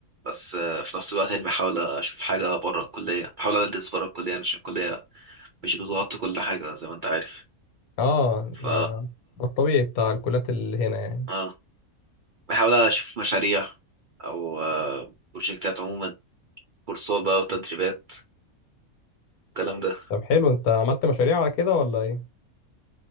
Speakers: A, on the right (about 70°); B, on the left (about 80°).
A: بس آه، في نفس الوقت يعني بحاول أشوف حاجة بره الكلية بحاول أدرس بره الكلية يعني عشان الكلية مش بظبط كل حاجة زي ما انت عارف
B: اه ده
A: ف
B: الطبيعي بتاع الكليات اللي هنا يعني
A: اه بحاول اشوف مشاريع او آه، بروجكتات عموما كورسات بقى وتدريبات الكلام ده
B: طب حلو انت عملت مشاريع على كده ولا ايه